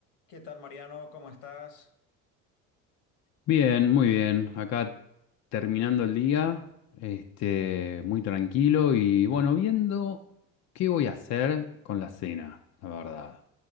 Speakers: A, on the left (about 75°); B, on the left (about 45°).
A: ¿Qué tal, Mariano? ¿Cómo estás?
B: Bien, muy bien. Acá terminando el día, este, muy tranquilo y bueno, viendo qué voy a hacer con la cena, la verdad.